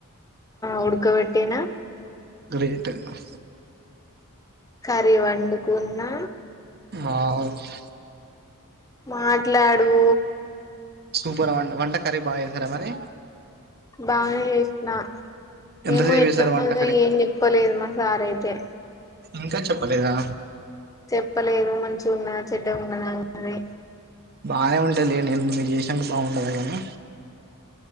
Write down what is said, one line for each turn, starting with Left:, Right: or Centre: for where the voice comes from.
Left: ఉడకపెట్టియనా
Right: గ్రే అబ్బా
Left: కర్రీ వండుకున్నా
Right: ఆ ఉచ్
Left: మాట్లాడు
Right: సూపర్ వంట వంట కర్రీ బాగా చేసారా మరి
Left: బానే చేసిన
Right: ఎంతసేపు
Left: ఏమో ఎట్లున్నదో
Right: చేసారు వంట కర్రీ
Left: ఏం చెప్పాలేదు మా సార్ అయితే
Right: ఇంకా చెప్పలేదా
Left: చెప్పలేదు మంచిగా ఉన్నదా చెడ్డ ఉన్నదా అన్నది
Right: బానే ఉంటాది లెండి మీరు చేసాక బాగుండది కానీ